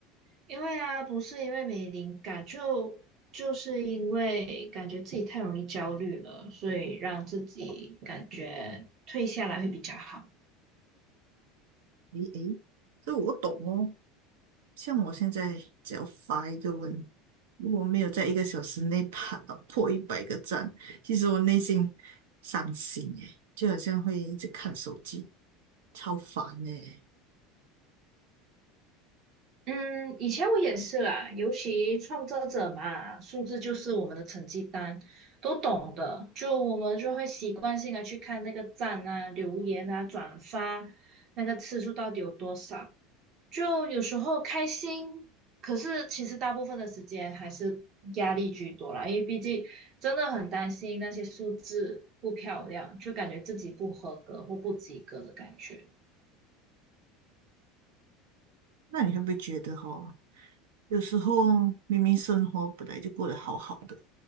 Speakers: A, on the right; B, on the right.
A: 因为啊，不是因为没灵感，就就是因为感觉自己太容易焦虑了，所以让自己感觉退下来会比较好。
B: 诶诶，这我懂哦。像我现在只要发一个问，如果没有在一个小时内爬到破一百个赞，其实我内心伤心耶，就好像会一直看手机，超烦耶。
A: 嗯，以前我也是啦，尤其创作者嘛，数字就是我们的成绩单，都懂的。就我们就会习惯性的去看那个赞啊、留言啊、转发那个次数到底有多少。就有时候开心，可是其实大部分的时间还是压力居多啦，因为毕竟真的很担心那些数字不漂亮，就感觉自己不合格或不及格的感觉。
B: 那你会不会觉得哦，有时候明明生活本来就过得好好的？